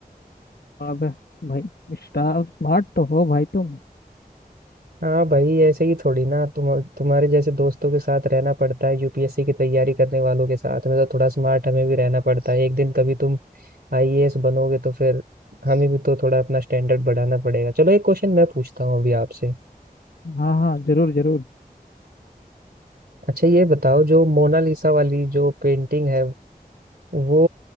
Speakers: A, on the left; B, on the right.
A: जवाब है भाई स्मार्ट तो हो भाई तुम
B: हाँ भाई ऐसे ही थोड़ी ना तुम तुम्हारे जैसे दोस्तों के साथ रहना पड़ता है यूपीएससी की तैयारी करने वालों के साथ में तो थोड़ा स्मार्ट हमें भी रहना पड़ता है एक दिन कभी तुम आईएएस बनोगे तो फिर हमें भी तो थोड़ा अपना स्टैंडर्ड बढ़ाना पड़ेगा चलो एक क्वेश्चन मैं पूछता हूँ अभी आपसे
A: हाँ हाँ जरूर जरूर
B: अच्छा ये बताओ जो मोनालिसा वाली जो पेंटिंग है वो